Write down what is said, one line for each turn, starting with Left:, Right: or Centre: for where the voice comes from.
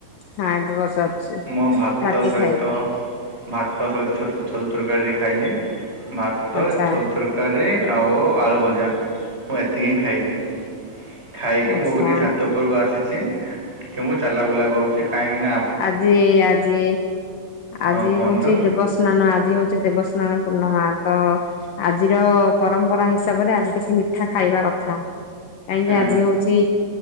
Left: ହଁ ଏବେ ପଚାରୁଛି।
Right: ମୁଁ ଭାତ
Left: ରାତି
Right: ସହିତ
Left: ଖାଇବା
Right: ଭାତ ତ ସତ ଛତୁ ଛତୁ ତରକାରୀ ଖାଇଲି ଭାତ
Left: ଆଚ୍ଛା
Right: ଛତୁ ତରକାରୀ ତରକାରୀ ଆଉ ଆଳୁ ଭଜା ମୁଁ ଏତିକି ହିଁ ଖାଇଲି। ଖାଇକି
Left: ଆଚ୍ଛା
Right: ମୁଁ ବି ଟିକେ ଛାତ ଉପରକୁ ଆସିଛି ଟିକେ ମୁଁ ଚାଲା ବୁଲା କରୁଛି କାହିଁକି ନା
Left: ଆଜି ଆଜି ଆଜି
Right: ହଁ କୁହନ୍ତୁ
Left: ହଉଛି ଦେବସ୍ନାନ ଆଜି ହଉଛି ଦେବସ୍ନାନ ପୂର୍ଣ୍ଣମା। ତ ଆଜିର ପରମ୍ପରା ହିସାବରେ ଆଜି କିଛି ମିଠା ଖାଇବା କଥା। ଆଜ୍ଞା
Right: ଏଁ,
Left: ଆଜି ହଉଚି